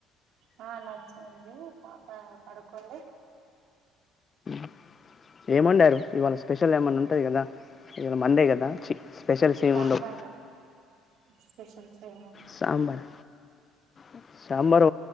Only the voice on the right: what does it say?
హా లంచ్ అయింది పాప పడుకుంది.
సాంబారు
స్పెషల్స్ ఏముంది